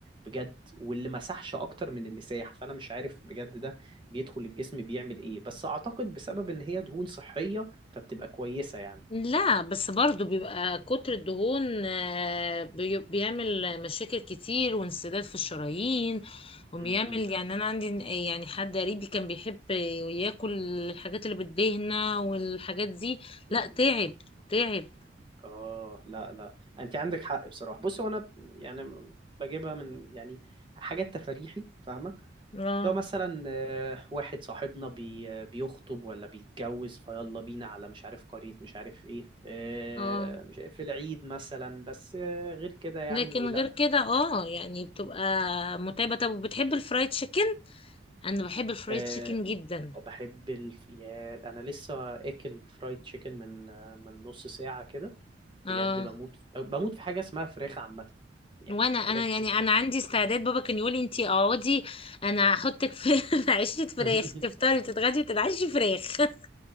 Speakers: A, on the right; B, on the left.
A: بجد واللي مسحش أكتر من اللي سايح فأنا مش عارف بجد ده بيدخل الجسم بيعمل إيه بس أعتقد بسبب إن هي دهون صحية فبتبقى كويسة يعني
B: لا بس برضو بيبقى كتر الدهون آه، بي- بيعمل مشاكل كتير وانسداد في الشرايين وبيعمل
A: مم، مم،
B: يعني انا عندي يعني حد قريبي كان بيحب ياكل الحاجات اللي بتدهنه والحاجات دي
A: مم.
B: لا تعب تعب
A: اه لا لا انت عندك حق بصراحه بصي وانا يعني بجيبها من يعني حاجات تفريحي فاهمه
B: اه
A: لو مثلا آه، واحد صاحبنا بي آه، بيخطب ولا بيتجوز فيلا بينا على مش عارف قريه مش عارف ايه آه،
B: اه
A: مش عارف في العيد مثلا بس آه، غير كده يعني
B: لكن
A: لا
B: غير كده اه يعني بتبقى
A: مم.
B: متعبة طب وبتحب الفرايد تشيكن انا بحب الفرايد
A: آه،
B: تشيكن جدا
A: بحب الف... يا انا لسه اكل فرايد تشيكن من آه، من نص ساعه كده
B: اه
A: بجد بموت بموت في حاجه اسمها فراخ عامه يعني
B: وانا
A: الفراخ
B: انا يعني
A: دي
B: انا عندي استعداد بابا كان يقولي انتي اقعدي انا هحطك في <laughs> في عيشه فراخ
A: <laughs>
B: تفطري وتتغدي وتتعشي فراخ <laughs>